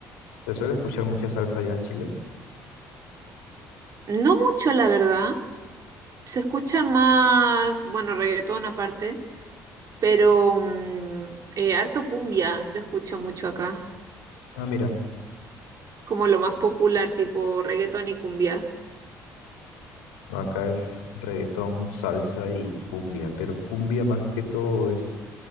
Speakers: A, on the left; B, on the right.
A: ¿Se suele escuchar mucha salsa allá en Chile?
B: No mucho, la verdad, se escucha más, bueno, reggaetón aparte, pero mm, eh, harto cumbia se escucha mucho acá,
A: Ah, mira,
B: como lo más popular, tipo reggaetón y cumbia.
A: acá es reggaetón, salsa y cumbia, pero cumbia más que todo es